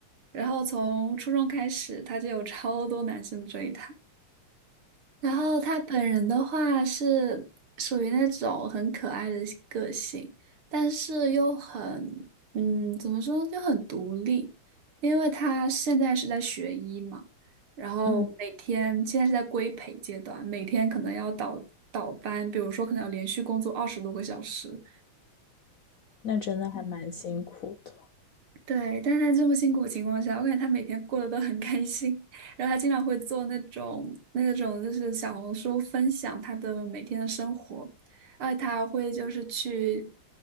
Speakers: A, on the right; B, on the left.
A: 然后从初中开始，他就有超多男生追他。然后他本人的话是属于那种很可爱的个性，但是又很，嗯，怎么说就很独立，因为他现在是在学医嘛，然后每天现在是在规培阶段，
B: 嗯，
A: 每天可能要倒倒班，比如说可能要连续工作二十多个小时，
B: 那真的还蛮辛苦的。
A: 对，但是他这么辛苦的情况下，我感觉他每天过得都很开心。<laughs> 然后他经常会做那种那种就是小红书分享他的每天的生活，而且他还会就是去